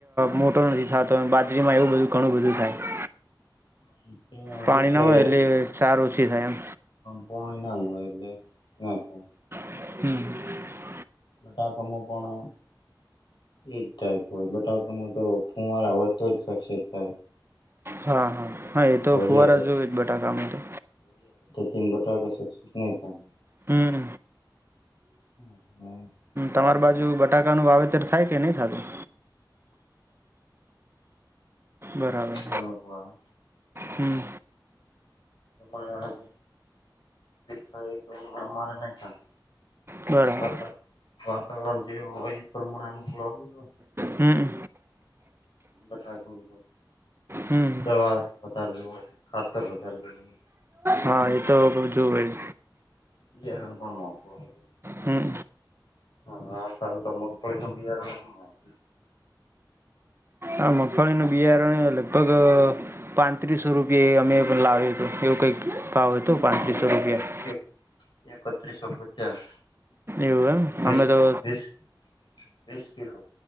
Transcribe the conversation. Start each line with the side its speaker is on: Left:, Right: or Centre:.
Right: મોટો નથી થતો બાજરીમાં એવું બધું ઘણું બધું બ થાય <unintelligible>
Left: હ <inaudible> ત્યા
Right: પાણી
Left: હુકે
Right: ના મળે એટલે સાર ઓછી થાય એમ
Left: પોણી ના મળે એટલે. ના તો.
Right: હમ
Left: બધા કામ પાણ એજ ટાઈપ હોય બટાકામાં તો ફુવારા હોય તો જ શકશે થાય.
Right: હા હા હા એ તો
Left: ધોરિયા
Right: ફુવારા જોય જ બટાકા મા તો.
Left: કેમ બટકા સક્સેસ નય થાય‌.
Right: હમ.
Left: હ.
Right: તમારી બાજુ બટાકાનું વાવેતર થાય? કે નહી થતું. બરાબર
Left: અનુકૂળ આવે.
Right: હમ
Left: આ થાય એ અમારે નહી થાય.
Right: બરાબર.
Left: વાતા વાતાવરણ જે હોય એ પ્રમાણે અનકૂળવા બધ.
Right: હમ
Left: વધાર તો
Right: હમ.
Left: દવા વધારે જોયે ખાતર વધારે જોયે. હમ <inaudible>
Right: હા એ તો બજુ હોય.
Left: બિયારણ પણ મોધુ આવે.
Right: હમ
Left: હ સાલુ આ તો મગફળીનું બિયારણ મોંઘુ
Right: આ મગફળીનું બિયારણ લગભગ પાંત્રીસો રૂપિયા અમે પણ લાવ્યું હતું એવું કંઈક ભાવ હતો પાંત્રીસો
Left: હા એક
Right: રૂપિયા.
Left: એક એક એકત્રીસો પચાસ.
Right: એવું એમ
Left: વીસ
Right: અમે તો
Left: વીસ વીસ કિલો